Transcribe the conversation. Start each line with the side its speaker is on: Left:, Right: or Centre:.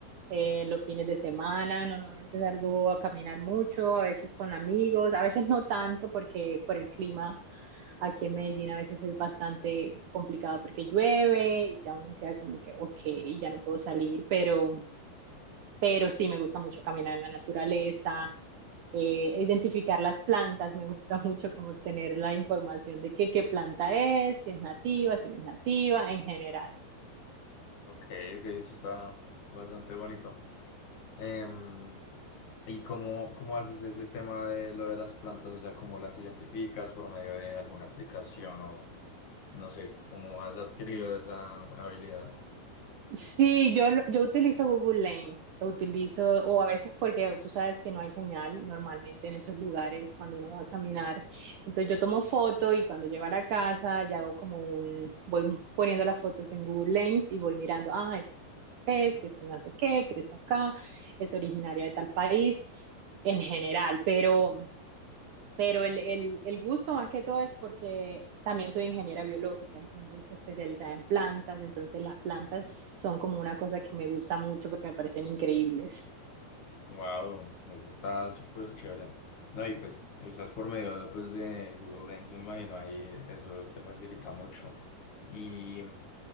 Right: Eh, En los fines de semana normalmente salgo a caminar mucho, a veces con amigos, a veces no tanto porque por el clima aquí en Medellín a veces es bastante complicado porque llueve y ya uno queda como que, ok, ya no puedo salir, pero pero sí me gusta mucho caminar en la naturaleza, eh, identificar las plantas, me gusta <laughs> mucho como tener la información de qué, qué planta es, si es nativa, si no es nativa, en general.
Left: Ok, ok, eso está bastante bonito. Em, ¿y cómo, cómo haces ese tema de lo de las plantas? O sea, ¿cómo las identificas por medio de alguna aplicación o no sé, cómo has adquirido esa habilidad?
Right: Sí, yo, lo- yo utilizo Google Lens, utilizo, o a veces porque tú sabes que no hay señal normalmente en esos lugares cuando uno va a caminar. Entonces yo tomo foto y cuando llego a la casa ya hago como un, voy poniendo las fotos en Google Lens y voy mirando, ah, es especie, es no sé qué, crece acá, es originaria de tal país en general, pero... Pero el, el, el gusto más que todo es porque también soy ingeniera biológica, entonces especializada en plantas, entonces las plantas son como una cosa que me gusta mucho porque me parecen increíbles.
Left: Wow, eso está súper chévere. No, y pues usas por medio pues, de Google Lens, me imagino, ahí eso te facilita mucho. Y,